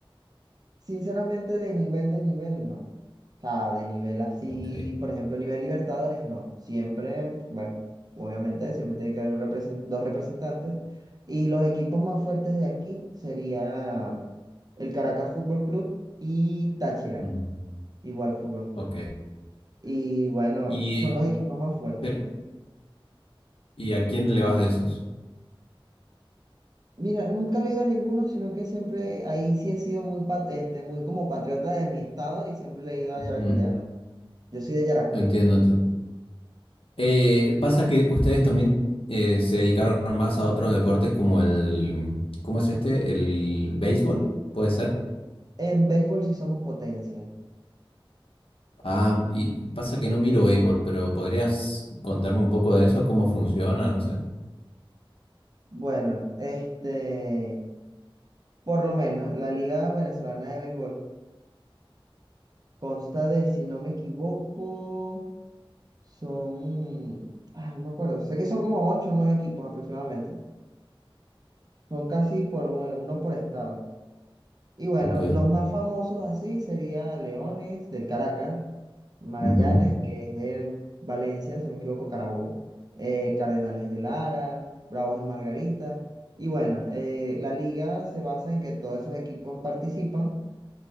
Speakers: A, on the right; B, on the left.
A: Sinceramente, de nivel de nivel, no. O sea, de nivel así,
B: Ok.
A: por ejemplo, nivel Libertadores, no. Siempre, bueno, obviamente, siempre tiene que haber un represent- dos representantes. Y los equipos más fuertes de aquí sería el Caracas Fútbol Club y Táchira,
B: ujú,
A: igual Fútbol Club.
B: Ok.
A: Y bueno,
B: Y,
A: son los equipos más fuertes.
B: pero, ¿y a quién le vas de esos?
A: Mira, nunca he leído a ninguno, sino que siempre ahí sí he sido muy, pat- este, muy como patriota de mi estado y siempre he leído a
B: Ujú,
A: yaracuyano. Yo soy de Yaracuy.
B: Entiendo, entiendo. Eh, pasa que ustedes también eh, se dedicaron más a otros deportes como el, ¿cómo es este? El béisbol, ¿puede ser?
A: En béisbol sí somos potencia.
B: Ah, y pasa que no miro béisbol, pero ¿podrías contarme un poco de eso? ¿Cómo funciona? No sé.
A: Bueno, este, por lo menos la Liga Venezolana de Béisbol consta de, si no me equivoco, son, ah, no me acuerdo, sé que son como ocho o nueve equipos aproximadamente. Son casi por uno uno por estado. Y bueno,
B: Ok.
A: los más famosos así sería Leones del Caracas, Magallanes,
B: ujú,
A: que es de Valencia, si no me equivoco, Carabobo, eh, Cardenales de Lara, Bravos de Margarita. Y bueno, eh, la liga se basa en que todos esos equipos participan